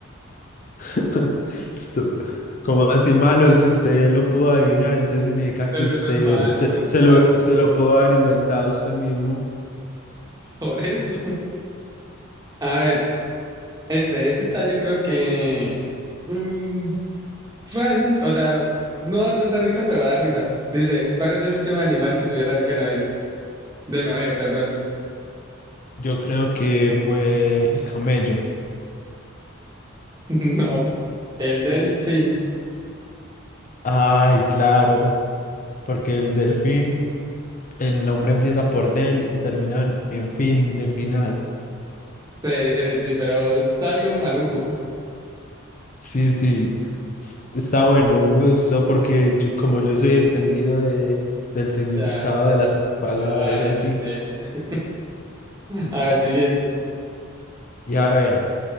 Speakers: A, on the left (about 40°); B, on the right (about 20°).
A: <laughs> Esto- como así malo, si usted lo pudo adivinar, entonces significa
B: pero
A: que usted
B: eso es malo,
A: se,
B: es
A: se
B: malo.
A: lo, se lo pudo haber inventado usted mismo.
B: Por eso. A ver, este, este está yo creo que mm, fácil, o sea, no da tanta risa, pero da risa. Dice, ¿cuál es el último animal que subió al arca de Noel? De Noé, perdón.
A: Yo creo que fue el camello.
B: <laughs> No, el delfín.
A: Ay, claro, porque el delfín, el nombre empieza por del y termina en, en fin, de final.
B: Sí, sí, sí, pero está algo maluco. <laughs>
A: Sí, sí, es- está bueno, a mí me gustó porque yo, como yo soy entendido de, del significado
B: Ya.
A: de las palabras
B: Ay,
A: y así.
B: sí, sí. A ver, siguiente.
A: Y a ver,